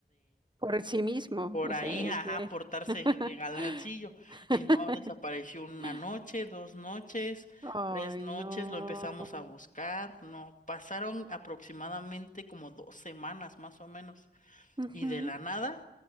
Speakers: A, on the right; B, on the left.
A: Por sí mismo,
B: por
A: o
B: ahí,
A: sea, de
B: ajá,
A: que
B: portarse
A: <laughs>
B: de galancillo. Y no, desapareció una noche, dos noches,
A: Ay,
B: tres noches,
A: no.
B: lo empezamos a buscar. No, pasaron aproximadamente como dos semanas más o menos.
A: Ujú.
B: Y de la nada,